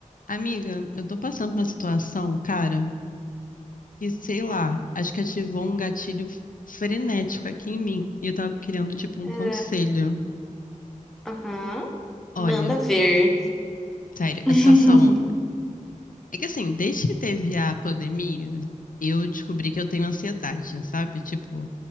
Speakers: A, on the left (about 80°); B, in the centre.
A: Amiga, eu tô passando por uma situação, cara, que sei lá, acho que ativou um gatilho frenético aqui em mim. E eu tava querendo, tipo, um
B: É.
A: conselho.
B: Aham.
A: Olha,
B: Manda ver.
A: sério,
B: <laughs>
A: a situação. É que assim, desde que teve a pandemia, eu descobri que eu tenho ansiedade, sabe? Tipo,